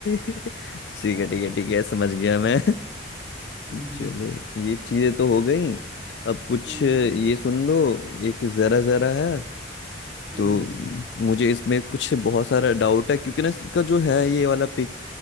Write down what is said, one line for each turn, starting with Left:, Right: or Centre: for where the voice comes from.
Left: ठीक
Right: आ,
Left: है ठीक है ठीक है समझ गया मैं
Right: हम्म
Left: चलो ये चीजें तो हो गई अब कुछ
Right: हम्म
Left: ये सुन दो एक जरा जरा है
Right: हम्म
Left: तो
Right: हम्म
Left: म, मुझे इसमें कुछ बहुत सारा डाउट है क्योंकि ना इसका जो है ये वाला पिक